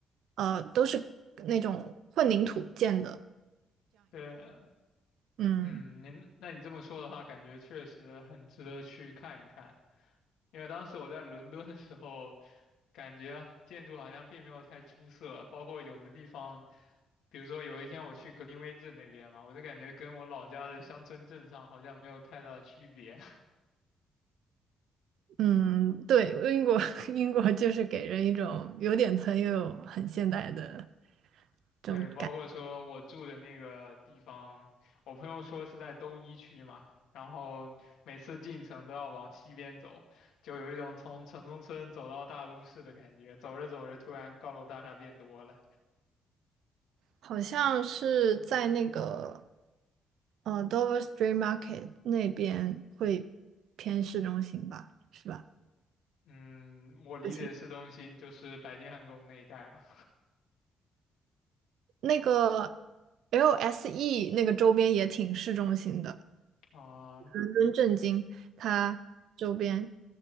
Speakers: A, on the right; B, on the left.
A: 呃都是那种混凝土建的，
B: 对，
A: 嗯
B: 嗯，您那你这么说的话，感觉确实很值得去看一看。因为当时我在伦敦的时候，感觉啊建筑好像并没有太出色，包括有的地方，比如说有一天我去格林威治那边嘛，我就感觉跟我老家的乡村镇上好像没有太大的区别。
A: 嗯，对，英国 <laughs> 英国就是给人一种有点村又有很现代的。
B: <laughs>
A: 这种感。
B: 对，包括说我住的那个地方，我朋友说是在东一区嘛，然后每次进城都要往西边走，就有一种从城中村走到大都市的感觉，走着走着突然高楼大厦变多了。
A: 好像是在那个呃 Dover Street Market 那边会偏市中心吧，是吧？
B: 嗯，我理解的市中心就是白金汉宫那一带嘛。
A: 不清那个 LSE 那个周边也挺市中心的，
B: <laughs> 啊，
A: 伦敦政经它周边